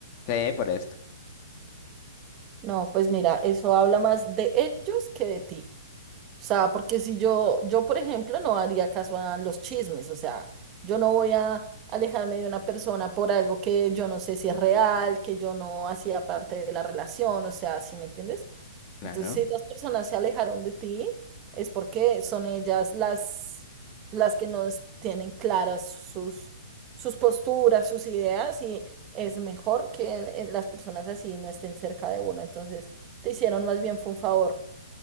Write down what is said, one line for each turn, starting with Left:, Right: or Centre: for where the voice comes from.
Left: Sí, por esto.
Right: No, pues mira, eso habla más de ellos que de ti. O sea, porque si yo, yo, por ejemplo, no haría caso a los chismes, o sea, yo no voy a alejarme de una persona por algo que yo no sé si es real, que yo no hacía parte de la relación, o sea, ¿sí me entiendes?
Left: Claro.
Right: Entonces, si las personas se alejaron de ti, es porque son ellas las, las que no es- tienen claras sus, sus posturas, sus ideas, y es mejor que eh, las personas así no estén cerca de uno. Entonces, te hicieron más bien fue un favor.